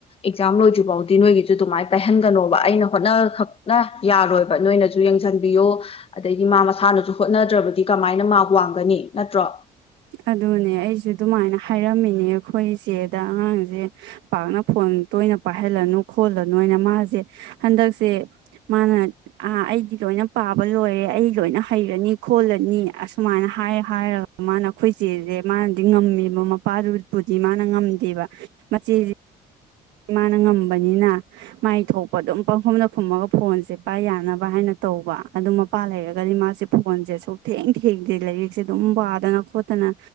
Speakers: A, on the left; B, on the right.
A: ꯑꯦꯛꯖꯥꯝ ꯂꯣꯏꯗ꯭ꯔꯤ ꯕꯥꯎꯗꯤ ꯅꯣꯏꯒꯤꯖꯨ ꯑꯗꯨꯃꯥꯏꯅ ꯄꯥꯏꯍꯟꯒꯅꯣꯕ ꯑꯩꯅ ꯍꯣꯠꯅ ꯈꯛꯅ ꯌꯥꯔꯣꯏꯕ ꯅꯣꯏꯅꯖꯨ ꯌꯦꯡꯁꯤꯟꯕꯤꯌꯣ ꯑꯗꯒꯤ ꯃꯥ ꯃꯁꯥꯅꯁꯨ ꯍꯣꯠꯅ ꯅꯠꯇ꯭ꯔꯕꯗꯤ ꯀꯃꯥꯏꯅ ꯃꯥ ꯋꯥꯡꯒꯅꯤ ꯅꯠꯇ꯭ꯔꯣ
B: ꯑꯗꯨꯅꯦ ꯑꯩꯁꯨ ꯑꯗꯨꯃꯥꯏꯅ ꯍꯥꯏꯔꯝꯃꯤꯅꯦ ꯑꯩꯈꯣꯏꯁꯦꯗ ꯑꯉꯥꯡꯁꯦ ꯄꯥꯛꯅ ꯐꯣꯟ ꯇꯣꯏꯅ ꯄꯥꯏꯍꯜꯂꯅꯨ ꯈꯣꯠꯂꯅꯨꯅ ꯃꯥꯁꯦ ꯍꯟꯗꯛꯁꯦ ꯃꯥꯅ ꯑ ꯑꯩꯗꯤ ꯂꯣꯏꯅ ꯄꯥꯕ ꯂꯣꯏꯔꯦ ꯑꯩ ꯂꯣꯏꯅ ꯍꯩꯔꯅꯤ ꯈꯣꯜꯂꯅꯤ ꯑꯁꯨꯃꯥꯏꯅ ꯍꯥꯏ ꯍꯥꯏꯔꯒ ꯃꯥꯅ ꯑꯩꯈꯣꯏꯆꯦꯁꯦ ꯃꯥꯅꯗꯤ ꯉꯝꯃꯤꯕ ꯃꯄꯥꯗꯨꯕꯨꯗꯤ ꯃꯥꯅ ꯉꯝꯗꯦꯕ ꯃꯆꯦꯁꯦ ꯃꯥꯅ ꯉꯝꯕꯅꯤꯅ ꯃꯥꯏ ꯊꯣꯛꯄ ꯑꯗꯨꯝ ꯄꯪꯈꯨꯝꯗ ꯈꯨꯝꯃꯒ ꯐꯣꯟꯁꯦ ꯄꯥꯏ ꯌꯥꯅꯕ ꯍꯥꯏꯅ ꯇꯧꯕ ꯑꯗꯨ ꯃꯄꯥ ꯂꯩꯔꯒꯗꯤ ꯃꯥꯁꯦ ꯐꯣꯟꯁꯦꯁꯨꯛ ꯊꯦꯡ ꯊꯦꯡꯗꯦ ꯂꯥꯏꯔꯤꯛꯁꯦ ꯑꯗꯨꯝ ꯋꯥꯗꯅ ꯈꯣꯠꯇꯅ